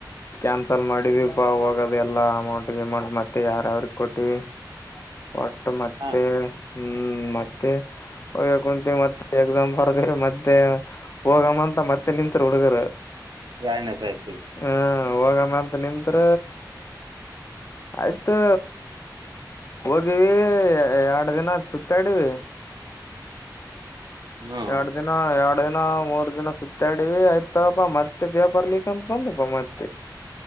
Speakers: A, on the left; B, on the right.
A: ಕ್ಯಾನ್ಸಲ್ ಮಾಡಿದೀವಿಪಾ ಹೋಗದ ಎಲ್ಲಾ ಅಮೌಂಟ್ ಅಮೌಂಟ್ ಮತ್ತೆ ಯಾರ ಯಾವ್ರ ಕೊಟ್ಟಿವ ಕೊಟ್ಟ ಮತ್ತೆ
B: ಹ
A: ಹ್ಮ್ ಮತ್ತೆ ಹೋಗ ಕುಂತೀವಿ ಮತ್ತೆ ಎಕ್ಸಾಮ ಬರ್ದ ಮತ್ತೆ ಹೋಗಮ್ಮ ಅಂತ ಮತ್ತೆ ನಿತ್ ಹುಡುಗರು
B: ಯಾರನಸ ಇರ್ತೀವಿ
A: ಹ ಹೋಗಮ್ಮ ಅಂತ ನಿಂತ್ರ ಆಯ್ತು ಹೋಗಿವವಿ ಏ ಎರಡು ದಿನದ ಸುತ್ತಾಡವಿ
B: ಹ್ಮ್
A: ಎರಡ್ ದಿನ ಎರಡ್ ದಿನ ಮೂರ್ ದಿನ ಸುತ್ತಾಡವಿ ಆಯ್ತಪ್ಪಾ ಮತ್ ಮತ್ತೆ ವ್ಯಾಪಾರ ಲೀಕ್ಕ ಅಂತ ಬಂದಪ್ಪ ಮತ್ತೆ